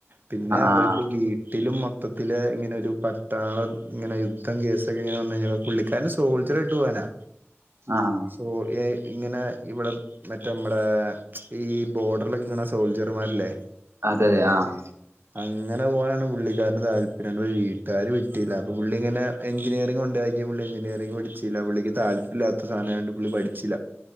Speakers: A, on the right; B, on the right.
A: പിന്നെ അവര്ക്ക്
B: ആഹ്
A: വീ ട്ടിലും മൊത്തത്തില് ഇങ്ങനൊരു പട്ടാളം ഇങ്ങനെ യുദ്ധം കേസൊക്കെങ്ങനെ വന്നു കഴിഞ്ഞാ പുള്ളി ക്കാരന് സോൾജറായ്ട്ട് പോവാനാ
B: ആഹ്
A: സോ ഏഐ ഇങ്ങനെ ഇവിടെ മറ്റേ മ്മടേ ഈ ബോർഡറിലൊക്കെ നിക്ക്‌ണ സോൾജർമാരില്ലേ
B: അതേതെ ആഹ്
A: അങ്ങനെ പോകാനാണ് പുള്ളിക്കാരന് താല്പര്യം വീട്ട്കാര് വിട്ടില്ല അപ്പൊ പുള്ളിങ്ങനെ എഞ്ചിനീയറിങ്ങിനൊണ്ടാക്കി പുള്ളി എഞ്ചിനീയറിംഗ് പഠിച്ചില്ല പുള്ളിക്ക് താല്പര്യില്ലാത്ത സാനായോണ്ട് പുള്ളി പഠിച്ചില്ല